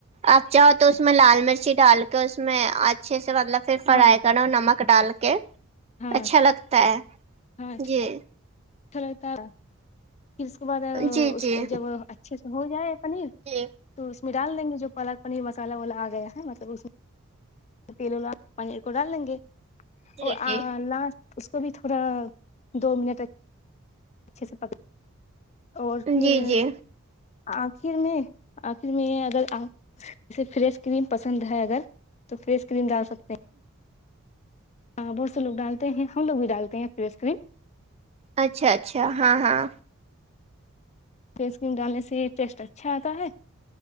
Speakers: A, on the right; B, on the left.
A: آپ چاہو تو اس میں لال مرچی ڈال کے اس میں اچھے سے مطلب پھر فرائی
B: ہاں
A: کرو نمک ڈال کے
B: ہاں
A: اچھا لگتا ہے
B: ہاں
A: جی
B: اچھا رہتا ہے پھر اس کے بعد
A: جی
B: اس
A: جی
B: جب اچھے سے ہو جائے پنیر
A: جی
B: تو اس میں ڈال دیں گے جو پالک پنیر مسالہ والا آ گیا ہے مطلب اس میں تیلوں <unintelligible> پنیر کو ڈال لیں گے
A: جی
B: اور لاسٹ اس کو بھی تھوڑا دو منٹ اچھے سے پک اور پھر
A: جی جی
B: آخر میں آخر میں اگر آپ جیسے فریش کریم پسند ہے اگر تو فریش کریم ڈال سکتے ہیں ہاں بہت سے لوگ ڈالتے ہیں ہم لوگ بھی ڈالتے ہیں فریش کریم
A: اچھا اچھا ہاں ہاں
B: فریش کریم ڈالنے سے ٹیسٹ اچھا آتا ہے